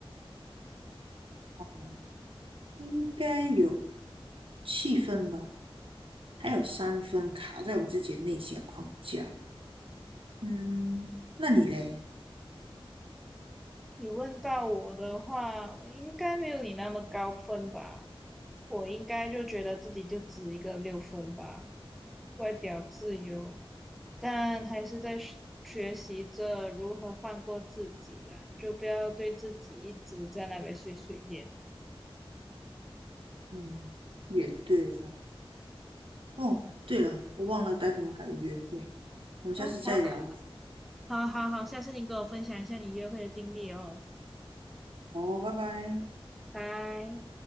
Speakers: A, on the right; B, in the centre.
A: 哦，应该有七分吧，还有三分卡在我自己的内心的框架。嗯，那你嘞？
B: 你问到我的话，我应该没有你那么高分吧？我应该就觉得自己就值一个六分吧。外表自由，但还是在学学习着如何放过自己啦，就不要对自己一直在那边碎碎念。
A: 嗯，也对了。哦，对了，我忘了待会我还有约会，我们下次再聊
B: 哦，好，好，好，好，下次你跟我分享一下你约会的经历哦，
A: 哦，拜拜。
B: 拜。